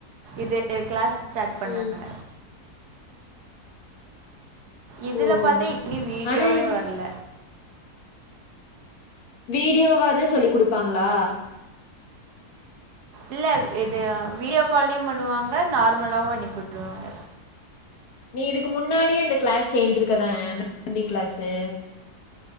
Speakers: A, on the right (about 80°); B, on the left (about 70°).
A: இது கிளாஸ் ஸ்டாட் பண்ணாங்க
B: ம்.
A: இதுல
B: ஓ!
A: பாத்தா இனி வீடியோவே
B: ஆனா இது
A: வரல
B: வீடியோவாத சொல்லி கொடுப்பாங்களா
A: இல்ல இது வீடியோ காலயு பண்ணுவாங்க நார்மலாவு அணுப்பிவிட்ருவாங்க
B: நீ இதுக்கு முன்னாடியே அந்த கிளாஸ் சேர்ந்திருக்கதான மேந்தி கிளாஸு